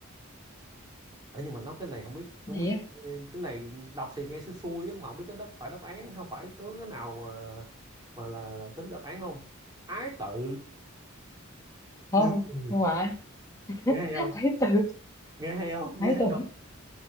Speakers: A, on the right; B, on the left.
A: Ờ, nhưng mà nó cái này không biết không
B: Gì
A: biết
B: á?
A: cái này đọc thì nghe xui xui chứ mà không biết cái đó phải đáp án không phải có cái nào mà mà là tính đáp án không ái tự
B: Không,
A: <laughs> Ừ.
B: không phải.
A: nghe hay
B: <laughs>
A: không nghe hay không
B: Hãy
A: nghe hay
B: từ,
A: không
B: hãy từ.